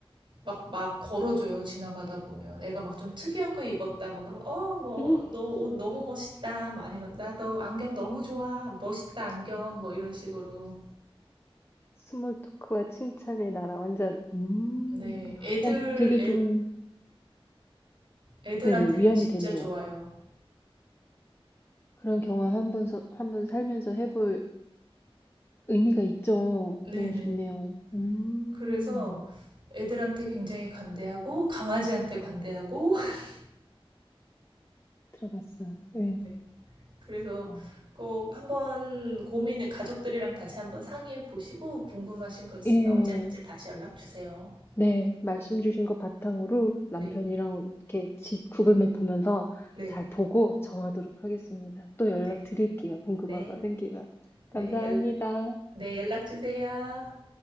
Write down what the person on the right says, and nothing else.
막, 막 걸어줘요, 지나가다 보면. 애가 막 좀 특이한 거 입었다, 뭐, 그러면, 어,
뭐,
너 옷 너무 멋있다, 뭐, 아니면, 나 너 안경 너무 좋아, 멋있다, 안경, 뭐, 이런 식으로.
네, 애들,
애,
애들한테는
진짜
좋아요.
네네.
그래서 애들한테 굉장히 관대하고, 강아지한테 관대하고, <laughs>
네. 그래서
꼭 한번 고민을, 가족들이랑 다시 한번 상의해 보시고, 궁금하신 거 있으면
언제든지 다시 연락 주세요.
네,
네,
네.
네,
네,
연, 네, 연락 주세요.